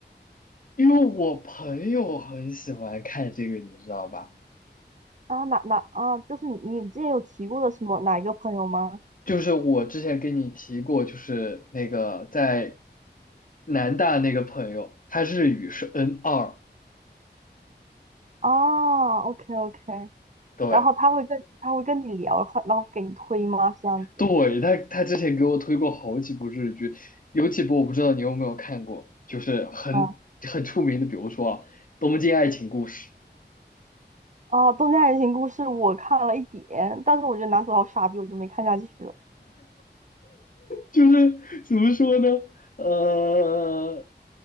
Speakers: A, on the left; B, on the right.
A: 因为我朋友很喜欢看这个，你知道吧？
B: 啊。哪哪啊，就是你你之前有提过的什么哪一个朋友吗？
A: 就是我之前跟你提过，就是那个在南大那个朋友，他日语是 n 二，
B: 啊，OK OK，
A: 对
B: 然后他会跟他会跟你聊，然后然后给你推吗？这样子，
A: 对，他他之前给我推过好几部日剧，有几部我不知道你有没有看过，就是很很出名的，
B: 嗯，
A: 比如说啊东京爱情故事》。
B: 哦、啊东京爱情故事》我看了一点，但是我觉得男主好傻逼，我就没看下去了。
A: 就是怎么说呢？呃，